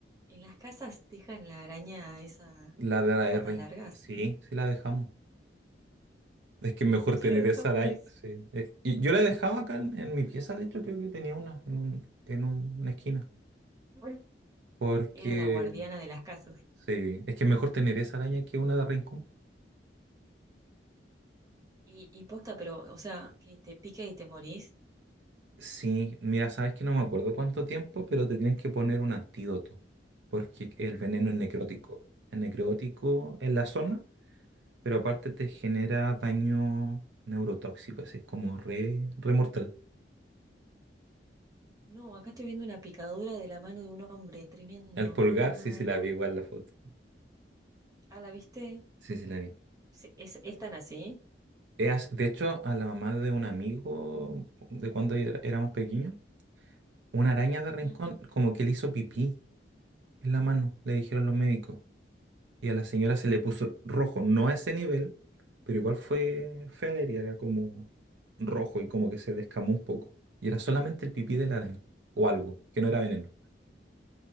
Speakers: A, on the right; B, on the right.
A: en las casas dejan la araña esas
B: La de la
A: patas
B: rincón.
A: largas.
B: Sí, sí la dejamos. Es que es mejor
A: Sí
B: tener
A: la dejamos,
B: esa araña.
A: dice.
B: Sí. Es- Y yo la dejaba acá en, en mi pieza, de hecho, creo que tenía una en un, en una esquina.
A: Bueno.
B: Porque
A: Era la guardiana de las casas.
B: Sí, es que es mejor tener esa araña que una de Rincón.
A: Y, y posta, pero, o sea, que te pica y te morís.
B: Sí, mira, sabes que no me acuerdo cuánto tiempo, pero te tienes que poner un antídoto, porque el veneno es necrótico.
A: Ujú.
B: Es necrótico en la zona, pero aparte te genera daño neurotóxico, así es como re, re mortal.
A: No, acá estoy viendo una picadura de la mano de un hombre, tremendo.
B: El pulgar,
A: No,
B: sí,
A: no, no,
B: sí
A: no.
B: la vi igual la foto.
A: Ah, ¿la viste?
B: Sí, sí la vi.
A: Se- ¿Es, es tan así?
B: Eh, as- De hecho, a la mamá de un amigo, de cuando era era más pequeño, una araña de
A: Ujú.
B: Rincón como que le hizo pipí en la mano, le dijeron los médicos. y a la señora se le puso rojo, no a ese nivel, pero igual fue fea la herida, era como rojo y como que se descamó un poco. Y era solamente el pipí de la araña, o algo, que no era veneno.